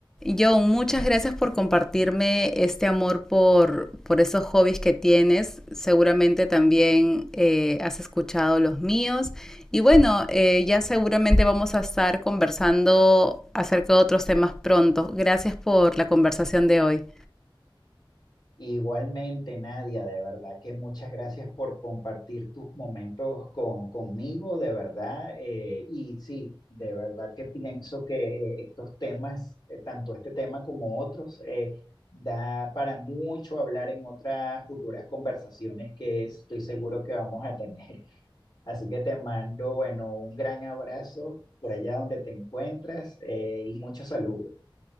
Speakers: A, in the centre; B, on the left.
A: John, muchas gracias por compartirme este amor por, por esos hobbies que tienes. Seguramente también eh, has escuchado los míos. Y bueno, eh, ya seguramente vamos a estar conversando acerca de otros temas pronto. Gracias por la conversación de hoy.
B: Igualmente, Nadia, de verdad que muchas gracias por compartir tus momentos con, conmigo, de verdad. eh, y sí, de verdad que pienso que eh, estos temas, eh, tanto este tema como otros, eh, da para mucho hablar en otras futuras conversaciones que estoy seguro que vamos a tener. <laughs> Así que te mando, bueno, un gran abrazo por allá donde te encuentras, eh, y muchos saludos.